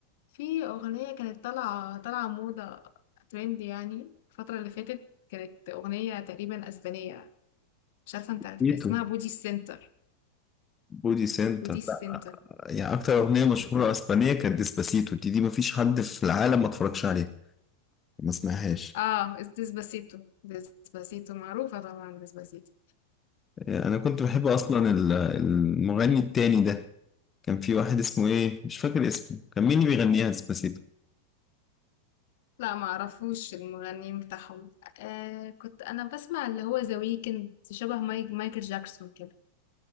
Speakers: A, on the left; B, on the left.
A: في اغنية كانت طالعة طالعة موضة ترند يعني الفترة اللي فاتت كانت اغنية تقريبا اسبانية مش عارفة انت عارف
B: بوتيتو
A: اسمها بودي سنتر
B: بودي سنتر
A: بودي سنتر
B: يعني اكتر اغنيه مشهوره اسبانيه كانت ديسباسيتو دي دي مفيش حد في العالم ما اتفرجش عليها ما سمعهاش
A: اه ديسباسيتو ديسباسيتو معروفة طبعا ديسباسيتو
B: انا كنت بحب اصلا ال- المغني التاني ده كان في واحد اسمه ايه مش فاكر اسمه كان مين اللي بيغنيها ديسباسيتو
A: لا ما اعرفوش المغنيين بتاعهم آه كنت انا بسمع اللي هو ذا ويكند شبه مايك مايكل جاكسون كده